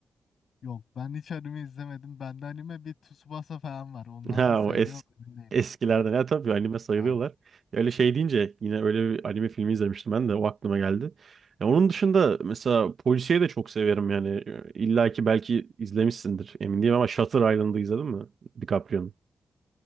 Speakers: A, on the left (about 75°); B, on the right (about 60°).
A: Yok ben hiç anime izlemedim. Bende anime bir Tsubasa falan var. Onlar
B: <laughs> Ha
A: da sayılıyor
B: o es
A: mu emin değilim.
B: eskilerden. Ya tabii anime sayılıyorlar.
A: Aynen.
B: Ya öyle şey deyince yine öyle bir anime filmi izlemiştim ben de o aklıma geldi. Ya onun dışında mesela polisiye de çok severim yani. İlla ki belki izlemişsindir emin değilim ama Shutter Island'ı izledin mi? DiCaprio'nun